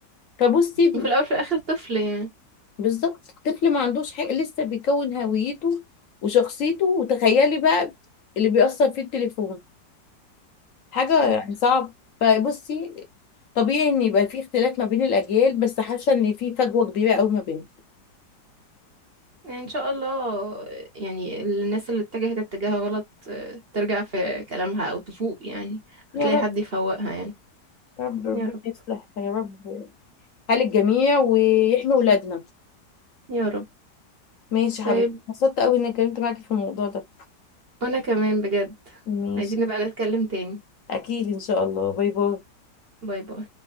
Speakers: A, on the left (about 55°); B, on the right (about 35°).
A: فبصي
B: وفي الاول في الاخر طفل يعني
A: بالظبط الطفل ما عندوش حاجه لسه بيكون هويته وشخصيته وتخيلي بقى اللي بيأثر فيه التليفون حاجه
B: بالظبط
A: يعني صعب فبصي طبيعي ان يبقى في اختلاف ما بين الاجيال بس حاسه ان في فجوه كبيره قوي ما بينهم
B: يعني ان شاء الله يعني الناس اللي اتجهت اتجاه غلط آه، ترجع في كلامها او تفوق يعني هتلاقي
A: يا رب
B: حد يفوقها يعني
A: يا رب ربنا
B: يا رب
A: يصلح يا رب حال الجميع ويحمي ولادنا
B: يا رب
A: ماشي يا
B: طيب
A: حبيبتي انبسطت قوي اني اتكلمت معاكي في الموضوع ده
B: وانا كمان بجد
A: ماشي
B: عايزين نبقى نتكلم تاني
A: اكيد ان شاء الله باي باي
B: باي باي